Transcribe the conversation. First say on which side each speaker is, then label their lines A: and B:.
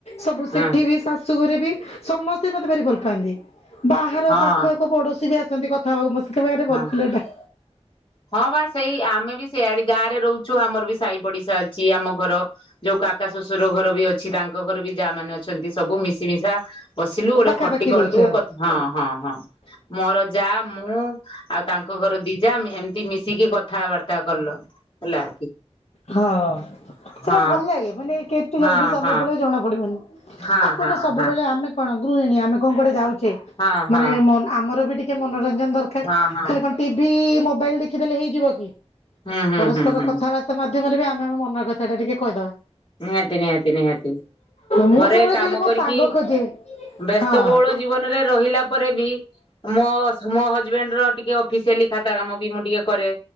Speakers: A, on the left; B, on the left.
A: ସବୁ
B: ହଁ
A: ସେଠି ବି ସାସୁ ଘରେ ବି ସମସ୍ତେ ମତେ ଭାରି ଭଲ ପାଆନ୍ତି। ବାହାର
B: ହଁ
A: ପାଖ ପଡୋଶୀ ବି ଆସନ୍ତି କଥା ହବାକୁ ମୋ ଭାରି
B: ହଁ।
A: ଭଲ ପିଲଟା।
B: ହଁ ବା ସେଇ ଆମେ ବି ସେଇଆଡ ଗାଁରେ ରହୁଛୁ ଆମର ବି ସହି ପଡିଶା ଅଛି ଆମ ଘର ଯୋଉ କାକା ଶ୍ୱଶୁର ଘର ବି ଅଛି ତାଙ୍କ ଘର ବି ଯାହା ମାନେ ଅଛନ୍ତି ସବୁ ମିଶି ମିଶା ବସିଲୁ ଗୋଟେ
A: ପାଖାପାଖି
B: ଖଟି କଲୁ
A: ରହୁଛ।
B: ହଁ ହଁ ହଁ ମୋର ଯା ମୁଁ ଆଉ ତାଙ୍କ ଘର ଦିଜା ଏମତି ମିଶିକି କଥାବାର୍ତ୍ତା କଲ ହେଲା।
A: ହଁ। ସେଟା
B: ହଁ
A: ଭଲ ଲାଗେ ମାନେ କେତେ
B: ହଁ
A: ଜଲଦି ସମୟ
B: ହଁ
A: ପଡେଇ ଜଣା ପଡିବନି
B: ହଁ
A: ଆଉ କଣ
B: ହଁ
A: ସବୁବେଳେ
B: ହଁ
A: ଆମେ କଣ ଗୃହିଣୀ ଆମେ କଣ କୁଆଡେ ଯାଉଛ
B: ହଁ ହଁ
A: ମାନେ ଆମର ବି ଟିକେ ମନୋରଞ୍ଜନ ଦରକାର
B: ହଁ ହଁ
A: ଖାଲି କଣ ଟିଭି ମୋବାଇଲ ଦେଖିଦେଲେ ହେଇଯିବ କି।
B: ହୁଁ ହୁଁ
A: ପରସ୍ପର
B: ହୁଁ।
A: କଥାବାର୍ତ୍ତା।
B: ହୁଁ
A: ବି ଆମେ ଆମ ମନ କଥାଟା ଟିକେ କହିଦବା।
B: ନିହାତି ନିହାତି ନିହାତି
A: ମୁଁ
B: ଘରେ
A: ସବୁବେଳେ
B: କାମ
A: ଖାଲି ମୋ
B: କରିକି
A: ସାଙ୍ଗ ଖୋଜେ।
B: ବ୍ୟସ୍ତବହୁଳ
A: ହଁ
B: ଜୀବନରେ ରହିଲା ପରେ ବି ମୋ ମୋ ହଜବେଣ୍ଡର ଟିକେ ଅଫିସିଆଲି ଖାତା କାମ ବି ମୁଁ ଟିକେ କରେ